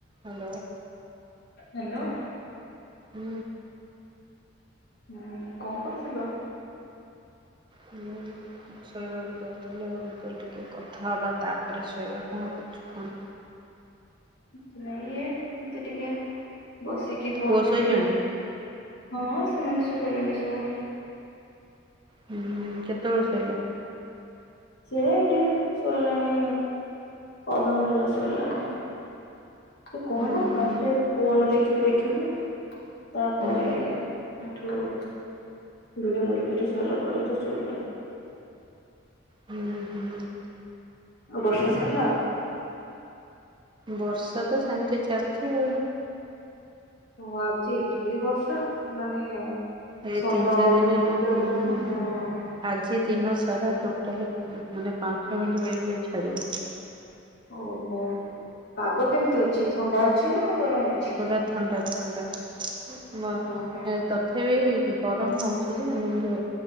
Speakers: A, on the right; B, on the left.
A: Hello.
B: Hello.
A: ହୁଁ।
B: ହୁଁ, ନେ କଣ କରୁଥିଲ?
A: <unintelligible> ଶୋଇବାକୁ ଯାଉଥିଲି ଆଉ ମୁଁ କହିଲି ଟିକେ କଥା ହବା ତାପରେ ଶୋଇବା। କଣ କରୁଛୁ କଣ?
B: କିଛି ନାଇଁ ଏ ଏମତି ଟିକେ ବସିକି ପଢୁଥିଲି।
A: ପୁଅ ଶୋଇଲାଣି
B: ହଁ ସେମାନେ ଶୁଇପଲେଣି ସବୁ।
A: ହୁଁ ହୁଁ କେତେବେଳେ ଶୋଇଲେ?
B: ସେ ଏଠି ଶୋଇଲାଣି ଅଧ ଘଣ୍ଟେ ହେଲା ଶୋଇଲାଣି। ଏ କହନା
A: ହୁଁ ହୁଁ
B: ଫାଷ୍ଟ ଫୋନ୍ ଦେଖିବି ଦେଖିବି ତାପରେ
A: ହୁଁ।
B: ଏଠୁ ଧୁଡ଼ ମୁଡି କିରି ଶୋଇଲା ପରେ ତ ଶୋଇଲା।
A: ହୁଁ ହୁଁ
B: ଆଉ ବର୍ଷା ଛାଡ଼ିଲା?
A: ବର୍ଷା ତ ସେମିତି ଚାଲିଛି ଆଉ।
B: ଓ ଆଜି ଏଠି ବର୍ଷ ମାନେ
A: ଏଇ
B: ସନ୍ଧ୍ୟା
A: ତିନି ଚାରି
B: ବେଳଠୁ
A: ଦିନ ହେଲାଣି
B: <unintelligible> ବତେଇଲା
A: ହୁଁ।
B: ହଁ
A: ଆଜି ଦିନ ସାରା ଟୋଟାଲ ମାନେ ପାଞ୍ଚ ମିନିଟ ପାଇଁ ବି ଛାଡିନି
B: ଓହୋ ପାଗ କେମିତି ଅଛି ଥଣ୍ଡା ଅଛି ନା ଗରମ ଅଛି?
A: ପୁରା ଥଣ୍ଡା ଥଣ୍ଡା ମ <unintelligible>
B: ଓହୋ ହୁଁ
A: ତ ତଥାପି ଗରମ ହେଉଛି <unintelligible> ଯେନ୍ତ